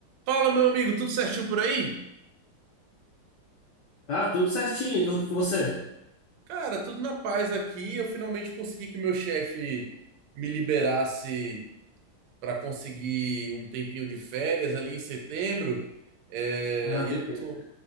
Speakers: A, on the right (about 85°); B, on the left (about 80°).
A: Fala, meu amigo, tudo certinho por aí?
B: Ah, tudo certinho. E Com você?
A: Cara, tudo na paz aqui. Eu finalmente consegui que meu chefe me liberasse para conseguir um tempinho de férias ali em setembro. É,
B: Ah,
A: e
B: perfeito.
A: eu tô,